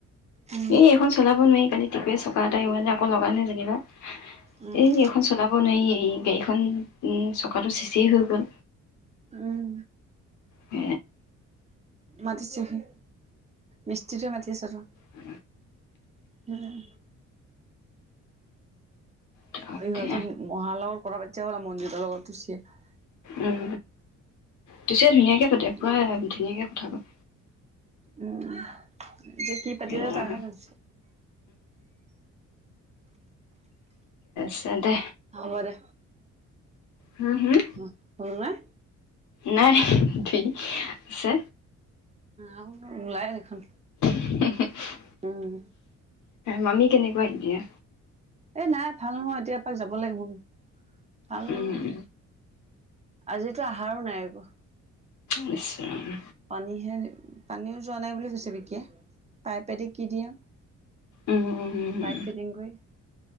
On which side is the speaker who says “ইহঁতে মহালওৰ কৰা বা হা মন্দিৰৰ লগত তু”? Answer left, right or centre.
Right